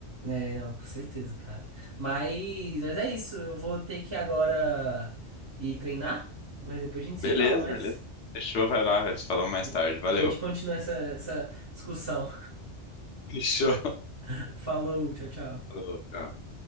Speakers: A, on the right; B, on the left.
A: É, não, com certeza, cara. Mas, mas é isso. Eu vou ter que agora ir treinar. Mas depois a gente
B: Beleza,
A: se fala mais.
B: beleza. Fechou, vai lá, velho. Falamos mais
A: A
B: tarde. Valeu.
A: gente continua essa, essa discussão.
B: Fechou.
A: <laughs> Falou, tchau, tchau.
B: Falou, tchau.